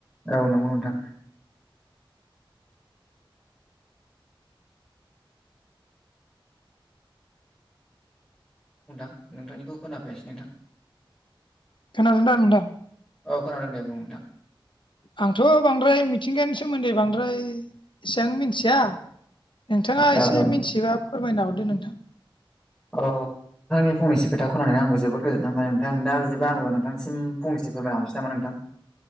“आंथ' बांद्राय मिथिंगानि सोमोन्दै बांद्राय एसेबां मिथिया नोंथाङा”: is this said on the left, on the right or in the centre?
Left